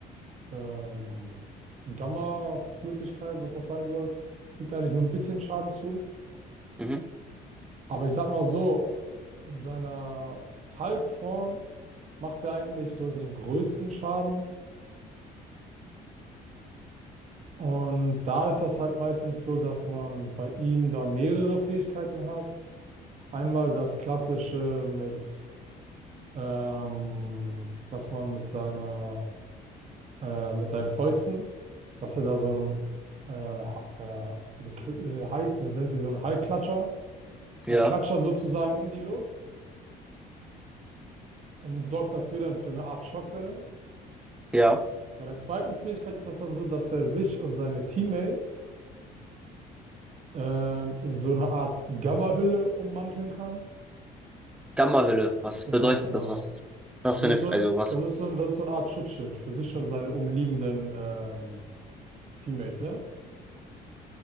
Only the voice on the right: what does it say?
ähm, Gamma-Flüssigkeit, was das sein soll, fügt eigentlich nur ein bisschen Schaden zu.
Aber ich sag mal so, in seiner Hulk-Form macht er eigentlich so den größten Schaden. Und da ist das halt meistens so, dass man bei ihm da mehrere Fähigkeiten hat. Einmal das klassische mit, ähm, dass man mit seiner äh, mit seinen Fäusten, dass er da so ein, äh, ha- äh, so, kl- äh, Hall- das nennt sie so ein Hallklatscher.
Er klatscht dann sozusagen in die Luft und sorgt dafür dann für eine Art Schockwelle.
Bei der zweiten Fähigkeit ist das dann so, dass er sich und seine Teammates ähm, in so eine Art Gamma-Hülle ummanteln kann.
Genau,
genau.
Das
ist
so
ein,
das ist so ein, das ist so eine Art Schutzschild für sich und seine umliegenden ähm, Teammates, ne?